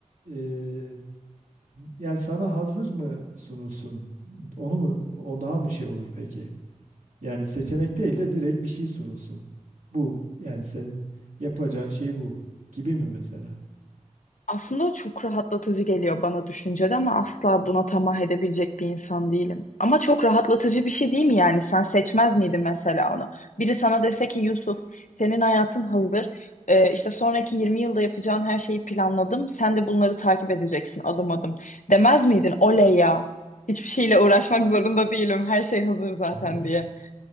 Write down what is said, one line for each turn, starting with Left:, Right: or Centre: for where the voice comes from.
Right: e, Yani sana hazır mı sunulsun? Onu mu o daha mı şey olur peki? Yani seçenek değil de direkt bir şey sunulsun. Bu yani senin yapacağın şey bu gibi mi mesela?
Left: Aslında o çok rahatlatıcı geliyor bana düşüncede ama asla buna tamah edebilecek bir insan değilim. Ama çok rahatlatıcı bir şey değil mi yani? Sen seçmez miydin mesela onu? Biri sana dese ki Yusuf senin hayatın hazır. Ee, işte sonraki 20 yılda yapacağın her şeyi planladım. Sen de bunları takip edeceksin adım adım. Demez miydin? Oley ya. Hiçbir şeyle uğraşmak zorunda değilim. Her şey hazır zaten
Right: Evet.
Left: diye.